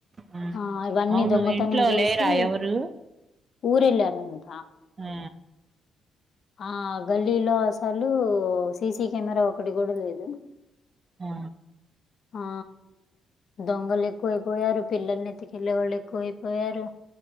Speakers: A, on the right (about 30°); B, on the left (about 55°).
A: ఆ
B: హా ఇవన్నీ
A: అవును
B: దొంగతనం
A: ఇంట్లో
B: చేసి
A: లేరా ఎవరు
B: ఊరెళ్ళారంట
A: ఆ
B: ఆ గల్లీలో అసలు సీసీ కెమెరా ఒకటి కూడా లేదు
A: ఆ
B: ఆ దొంగలు ఎక్కువ అయిపోయారు పిల్లల్ని ఎత్కెళ్ళే వాళ్ళు ఎక్కువ అయిపోయారు